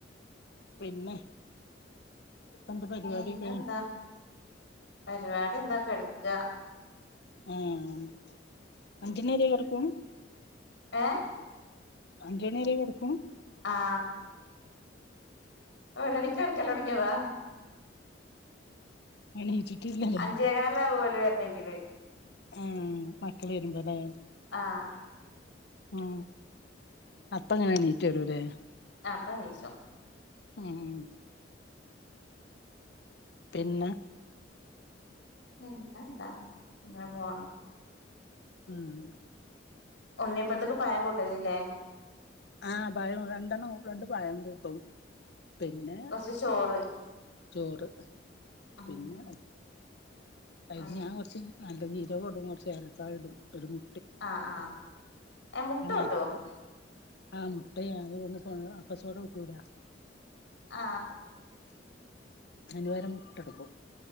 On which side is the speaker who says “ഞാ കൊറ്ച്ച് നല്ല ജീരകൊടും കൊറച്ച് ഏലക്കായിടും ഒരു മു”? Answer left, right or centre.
Left